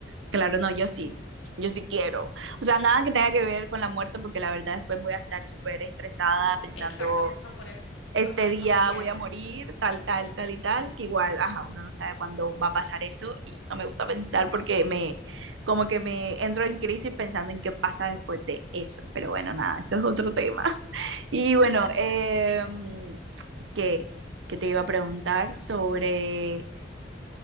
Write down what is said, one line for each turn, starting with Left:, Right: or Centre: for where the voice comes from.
Right: claro, no, yo sí, yo sí quiero. O sea, nada que tenga que ver con la muerte, porque la verdad después voy a estar súper estresada pensando,
Left: Exacto, justo por eso, justo
Right: este
Left: por eso
Right: día
Left: no quiero
Right: voy a morir, tal, tal, tal y tal, que igual, ajá, uno no sabe cuándo va a pasar eso y no me gusta pensar porque me, como que me entro en crisis pensando en qué pasa después de eso. Pero bueno, nada, eso es otro tema. <laughs> Y bueno, eh, ¿qué? ¿Qué te iba a preguntar sobre,